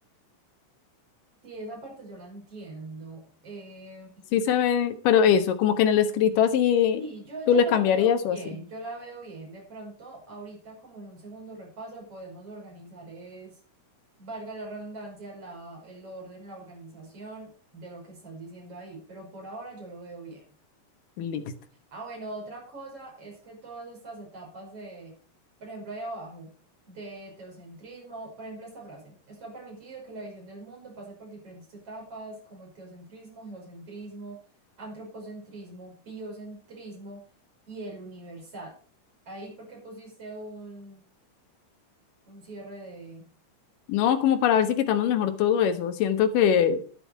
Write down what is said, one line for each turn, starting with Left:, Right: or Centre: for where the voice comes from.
Right: Sí, esa parte yo la entiendo. Eh,
Left: Sí se ve, pero eso, como que en el escrito así,
Right: sí, yo, yo
Left: tú le
Right: la
Left: cambiarías
Right: veo
Left: o
Right: bien,
Left: así.
Right: yo la veo bien. De pronto, ahorita como en un segundo repaso podemos organizar es, valga la redundancia, la, el orden, la organización de lo que estás diciendo ahí, pero por ahora yo lo veo bien.
Left: Listo.
Right: Ah, bueno, otra cosa es que todas estas etapas de, por ejemplo, ahí abajo, de teocentrismo, por ejemplo, esta frase, esto ha permitido que la visión del mundo pase por diferentes etapas como el teocentrismo, geocentrismo, antropocentrismo, biocentrismo y el universal. Ahí porque pusiste un, un cierre
Left: No, como para ver si quitamos mejor todo eso. Siento que,